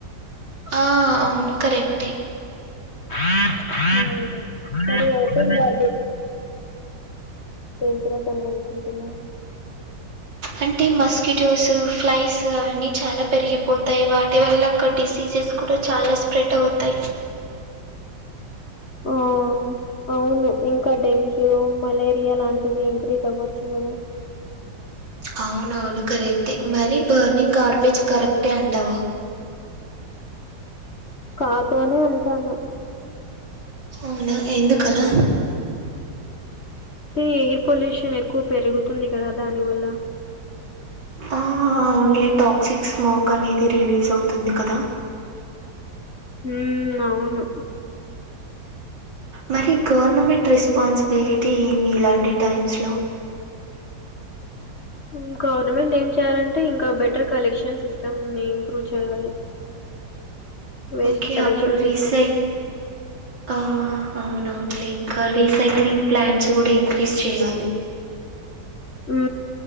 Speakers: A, on the right (about 75°); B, on the left (about 40°).
A: ఆ అవును కరెక్టే
B: <unintelligible> సరిగా పడుతుందా డేంజరస్ అని అనుకుంటున్నా
A: అంటే మస్కిటోస్ ఫ్లైస్ అవన్నీ చాలా పెరిగిపోతయి వాటి వల్ల ఇంకా డిసీజెస్ కూడ చాలా స్ప్రెడ్ అవుతాయి
B: ఆ అవును ఇంకా డెంగ్యూ మలేరియా లాంటివి ఇంక్రీజ్ అవ్వచ్చు ఉహు
A: అవునవును కరెక్టే మరి బర్నింగ్ గార్బేజ్ కరెక్టే అంటావా
B: కాదు అనే అంటానా
A: అవునా ఎందుకలా
B: ఈ పొల్యూషన్ ఎక్కువ పెరుగుతుంది కదా దాని వల్ల
A: ఆ ఓన్లీ టాక్సిక్ స్మోక్ అనేది రిలీజ్ అవుతుంది కదా
B: ఉ అవును
A: మరి గవర్నమెంట్ రెస్పాన్సిబిలిటీ ఏమి ఇలాంటి టైమ్స్ లో
B: ఉ గవర్నమెంట్ ఏం చేయాలంటే ఇంకా బెటర్ కలెక్షన్ సిస్టమ్ ని ఇంప్రూవ్ చేయాలి <inaudible> వేస్ట్
A: ఓకే
B: కలెక్షన్
A: అప్పుడు రీసైట్
B: సిస్టమ్స్
A: ఆ అవునవునులే ఇంకా రీసైక్లింగ్ ప్లాంట్స్ కూడా ఇంక్రీజ్ చేయాలి
B: ఊ